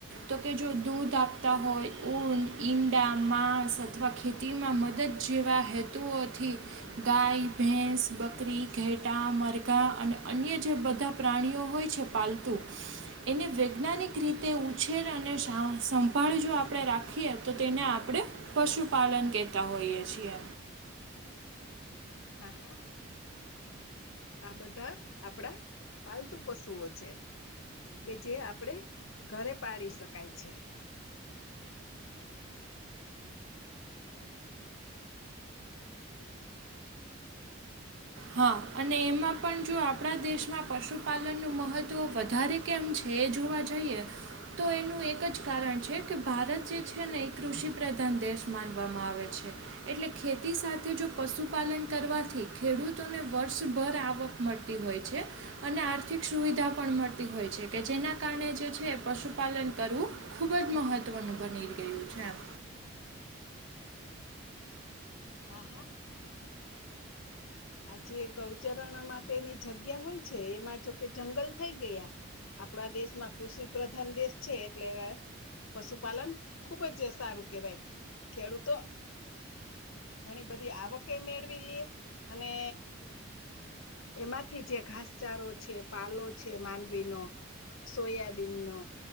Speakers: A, on the right; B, on the left.
A: તો કે જો દૂધ આપતા હોય ઊન ઈંડા માંસ અથવા ખેતીમાં મદદ જેવા હેતુઓથી ગાય ભેંસ બકરી ઘેટા મરઘા અને અન્ય જે બધા પ્રાણીઓ હોય છે પાલતુ એને વૈજ્ઞાનિક રીતે ઉછેર અને સંભાળ જો આપણે રાખીએ તો તેને આપણે પશુપાલન કેતા હોયએ છીએ
B: હા, હા. આ બધા આપડા પાલતુ પશુઓ છે, કે જે આપડે ઘરે પાડી શકાય છે,
A: હા અને એમાં પણ જો આપણા દેશમાં પશુપાલનનું મહત્ત્વ વધારે, કેમ છે, એજોવા જઈએ. તો એનું એક જ કારણ છે, કે ભારત જે છે, નેએ કૃષિ પ્રધાન દેશ માનવામાં આવે છે. એટલે ખેતી સાથે જો પશુપાલન કરવાથી ખેડૂત. તોને વર્ષભર આવક મળતી હોય છે. અને આર્થિક સુવિધા પણ મળતી હોય છે, કે જેના કારણે જે છે, પશુપાલન કરવું. ખૂબ જ મહત્વનું બની ગયું છે, એમ
B: હા, હા. આજે ગૌચરણ માટેની જગ્યા હોય છે, એમાં જો કે જંગલ થઈ ગયા. આપણા દેશમાં કૃષિ પ્રધાન દેશ છે, એટલે પશુપાલન ખુબ જ સારું કેહેવાય ખેડૂતો, ઘણી બધી આવકે મેળવી લે, અને એમાંથી જે ઘાસચારો છે, પાલો છે, માંડવીનો સોયાબીનનો